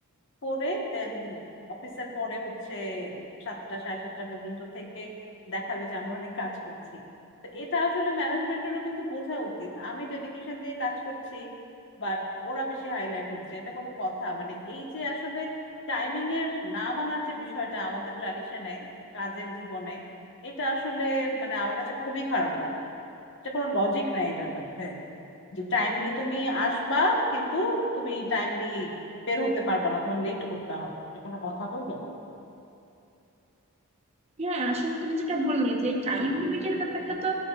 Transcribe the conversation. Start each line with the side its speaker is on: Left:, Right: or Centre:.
Left: করে দেন অফিসের পরে হচ্ছে সাতটা সাড়ে সাতটা পর্যন্ত থেকে দেখাবে যে আমরা অনেক কাজ করছি তো এটা আসলে ম্যানেজমেন্টেরও কিন্তু বোঝা উচিত আমি ডেডিকেশন দিয়ে কাজ করছি বাট ওরা বেশি হাইলাইট হচ্ছে এটা কোনো কথা মানে এই যে আসলে টাইমিং এর না মানার যে বিষয়টা আমাদের ট্র্যাডিশনে কাজের জীবনে এটা আসলে মানে আমার কাছে খুবই খারাপ লাগে এটা কোনো লজিক নাই এটার মধ্যে যে টাইমলি তুমি আসবা কিন্তু তুমি টাইমলি বের হতে পারবা না তোমার লেট করতে হবে এটা কোনো কথা হইলো
Right: হ্যাঁ আসলে তুমি যেটা বললে যে টাইম লিমিটের ব্যাপারটা তো